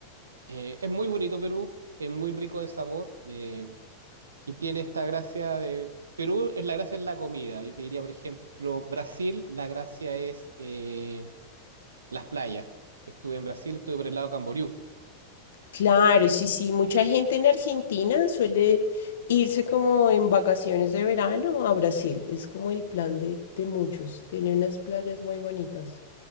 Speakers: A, on the right; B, on the left.
A: Eh, es muy bonito Perú, es muy rico de sabor eh, y tiene esta gracia de... Perú es la gracia es la comida, yo te diría, por ejemplo, Brasil, la gracia es eh, las playas. Yo estuve en Brasil, estuve por el lado de Camboriú.
B: Claro, sí, sí, mucha gente en Argentina suele irse como en vacaciones de verano a Brasil. Es como el plan de, de muchos. Tiene unas playas muy bonitas.